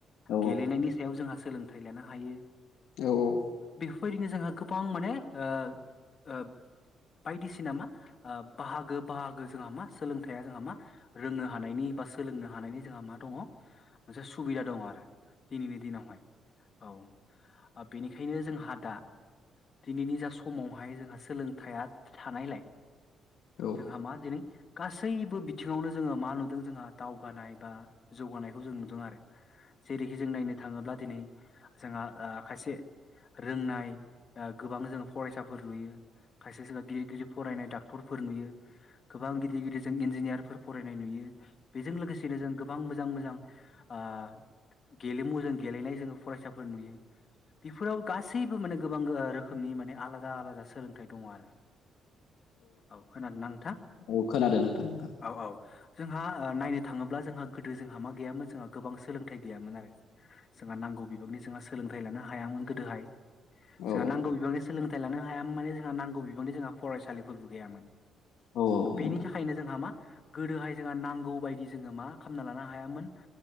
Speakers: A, on the left; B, on the left.
A: औ
B: गेलेनायनि सायाव जोंहा सोलोंथाइ लानो हायो।
A: औ औ
B: फैदिनो जोंहा गोबां माने ओ ओ बायदिसिना मा बाहागो-बाहागो जोंहा मा सोलोंथाइया जोंहा मा रोंनो हानायनि बा सोलोंनो हानायनि जोंहा मा दङ मोनसे सुबिदा दङ आरो दिनैनि दिनावहाय औ बेनिखायनो जोंहा दा दिनैनि जा समाव बेहाय जोंहा सोलोंथाइया थानायलाय
A: औ
B: जोंहा मा दिनै गासैबो बिथिङावनो जोङो मा नुदों जोंहा दावगानाय बा जौगानायखौ जों नुदों आरो जेरैखि जों नायनो थाङोब्ला दिनै जोंहा ओ खायसे रोंनाय आ गोबां जों फरायसा फोर नुयो खायसे जोंहा गिदिर गिदिर फरायनाय डाक टरफोर नुयो गोबां गिदिर गिदिर जों इन्जिनियारफोर फरायनाय नुयो बेजों लोगोसेनो जों गोबां मोजां मोजां आ गेलेमु जों गेलेनाय जोङो फरायसाफोर नुयो बेफोराव गासैबो माने गोबां गोआ रोखोमनि माने आलादा आलादा सोलोंथाइ दङ आरो। औ खोनादोआ नोथा?
A: औ खोनादों नोंथां
B: औ औ। जोंहा आ नायनो थाङोब्ला जोंहा गोदो जोंहा मा गैयामोन जोंहा गोबां सोलोंथाइ गैयामोन आरो। जोंहा नांगौ बिबांनि जोंहा सोलोंथाइ लानो हायामोन गोदोहाय। जोंहा
A: औ
B: नांगौ बिबांनि सोलोंथाइ लानो हायामोन मे जोंहा नांगौ बिबांनि जोंहा फरायसालिफोरबो गैयामोन।
A: औ औ
B: बेनि
A: नोंथां
B: थाखायनो जोंहा मा गोदोहाय जोंहा नांगौ बायदि जोङो मा खालामना लानो हायामोन